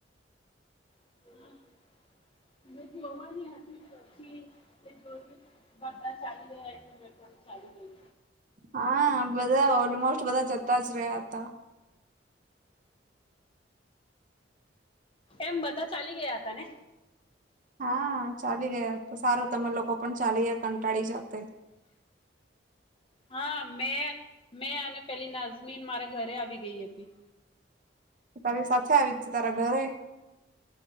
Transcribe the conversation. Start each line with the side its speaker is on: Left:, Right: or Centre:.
Left: <unintelligible> પછી એ જોઈ બધા ચાલી ગયા એટલે મેં પણ ચાલી ગઈ.
Right: હા, બધા ઓલમોસ્ટ બધા જતા જ રહ્યા હતા.
Left: એમ બધા ચાલી ગયા હતા ને?
Right: હા, ચાલી ગયા, તો સારું તમે લોકો પણ ચાલી ગયા કંટાળી જાતે.
Left: હા, મેં મેં અને પેલી નાઝમીન મારા ઘરે આવી ગઈ હતી.
Right: તારી સાથે આવી હતી, તારા ઘરે.